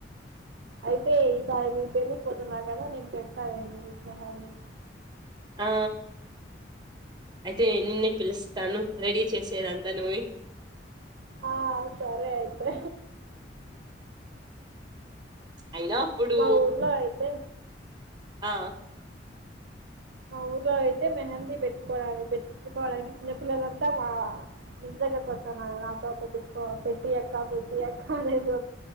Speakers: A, on the right; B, on the right.
A: అయితే ఈసారి మీ పెళ్ళికిపోతున్నారు కదా నేను పెడతాను మీకు మెహంది
B: ఆ అయితే
A: ఆ
B: నిన్నే పిలుస్తాను రెడీ చేసేదంతా నువ్వే
A: ఆ సరే అయితే
B: అయినా అప్పుడు
A: మా ఊర్లో అయితే
B: ఆ
A: మా ఊర్లో అయితే మెహంది పెట్టుకోవడానికి పెట్ట్టుకోవడానికి చిన్నపిల్లలంతా మా ఇంటి దగ్గర కి వస్తన్నారు నాతో పెట్టించుకో పెట్టియి అక్క పెట్టియి అక్క అనేది